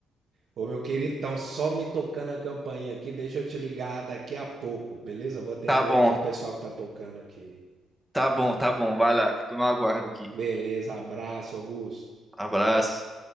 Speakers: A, on the right; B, in the centre.
A: Ô, meu querido, então só me tocando a campainha aqui, deixa eu te ligar daqui a pouco, beleza? Vou atender
B: Tá bom,
A: aqui o pessoal que tá tocando aqui.
B: tá bom, tá bom. Vai lá, fico no aguardo
A: Be-
B: aqui.
A: Beleza, abraço, Augusto.
B: Abraço.